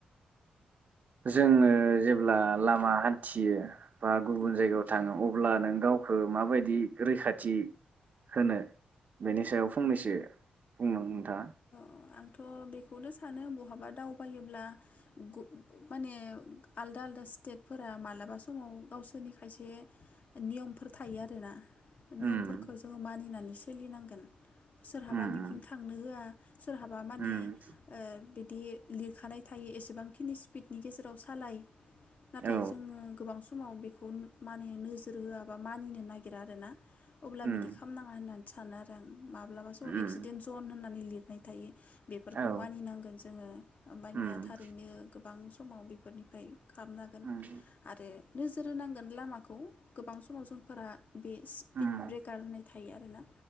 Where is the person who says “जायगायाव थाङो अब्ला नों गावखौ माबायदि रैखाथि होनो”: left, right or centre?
Right